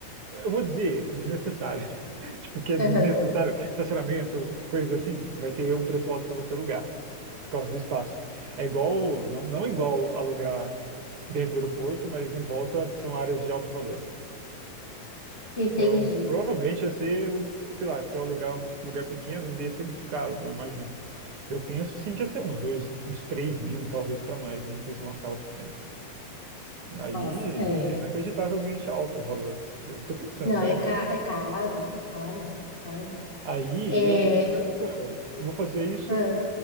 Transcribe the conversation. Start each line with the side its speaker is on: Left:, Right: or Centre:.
Right: eu vou dizer, desnecessárias. <laughs> Tipo, que é
Left: Aham,
Right: desnecessário, estacionamento, coisas assim, vai ter um preço alto para você alugar, por causa do espaço. É igual, não, não igual alugar dentro do aeroporto, mas em volta são áreas de alto valor.
Left: entendi.
Right: Então, provavelmente ia ser, um- sei lá, se eu alugar um lugar pequeno, ia ser muito caro, eu imagino. Eu penso sim que ia ser uns dois, uns 3 mil, talvez para mais, uma coisa assim, uma sala pequena. Aí
Left: Nossa, é.
Right: é inacreditavelmente alto o valor. Eu tô pensando,
Left: Não,
Right: né?
Left: é, ca
Right: É um...
Left: é caro, é caro, é caro.
Right: Aí
Left: É,
Right: eu fico me perguntando, eu vou fazer isso,
Left: ah,